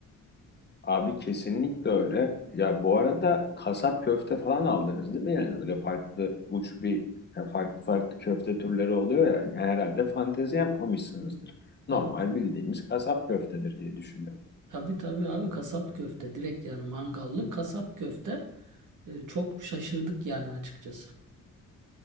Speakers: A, on the left (about 30°); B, on the right (about 70°).
A: Abi kesinlikle öyle. Ya bu arada kasap köfte falan aldınız değil mi? Yani öyle farklı uç bir yani farklı farklı köfte türleri oluyor ya. Yani herhalde fantezi yapmamışsınızdır.
B: Tabii
A: Normal bildiğimiz kasap köftedir diye düşünüyorum.
B: tabii tabii abi kasap köfte direkt yani mangallı kasap köfte. Ee, çok şaşırdık yani açıkçası.